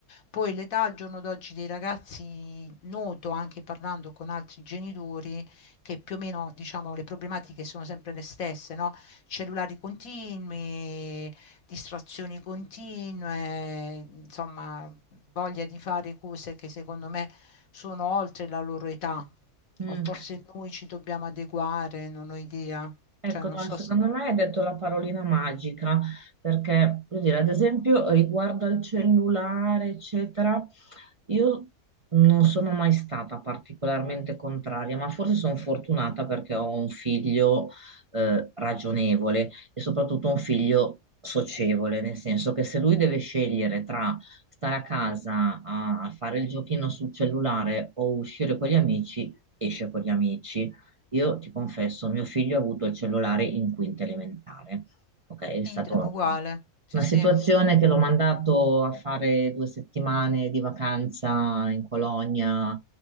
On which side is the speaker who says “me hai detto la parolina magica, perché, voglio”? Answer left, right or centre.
Right